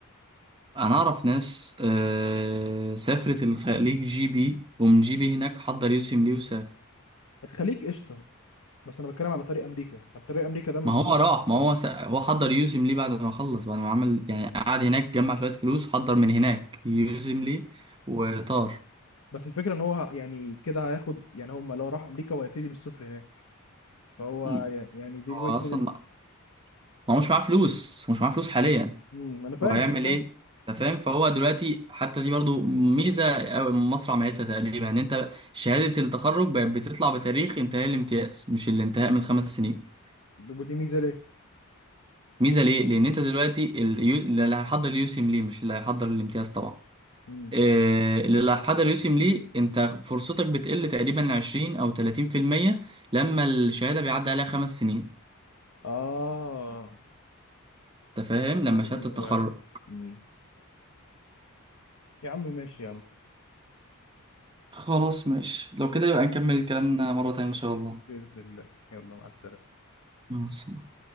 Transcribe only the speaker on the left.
الخليج قشطه بس انا بتكلم على طريق امريكا على طريق امريكا ده ما
فيهوش
اه
بس الفكره ان هو يعني كده هياخد يعني هم لو راح امريكا هو هيبتدي من الصفر هناك فهو
ي- يعني دي
بو- دي
مم، انا فاهم
انا فاهم
ودي ميزه ليه
مم.
اه
آه،
دي
ميزه
فعلا مم. يا عم ماشي يا عم
باذن الله يلا مع السلامه